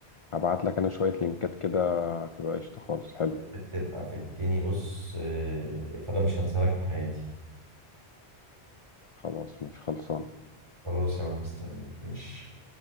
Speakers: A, on the left; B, on the right.
A: هبعت لك انا شويه لينكات كده تبقى قشطه خالص حلو
B: بتبقى في التاني بص آه، فده مش هنسالك في حياتي
A: خلاص ماشي خلصان
B: خلاص يا عم مستنيك ماشي